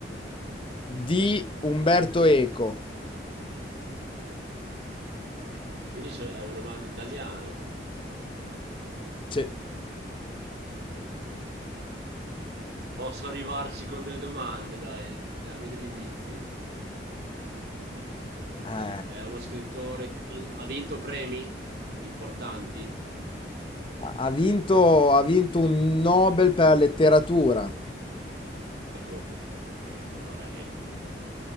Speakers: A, on the left; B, on the right.
A: Di Umberto Eco.
B: Quindi so- è un romanzo italiano.
A: Sì. Eh,
B: Posso arrivarci con delle domande, dai, dammi degli indizi.
A: ha
B: È uno scrittore, che ha vinto premi importanti?
A: ha vinto, ha vinto un Nobel per la letteratura.
B: Ecco, Ecco, allora ecco.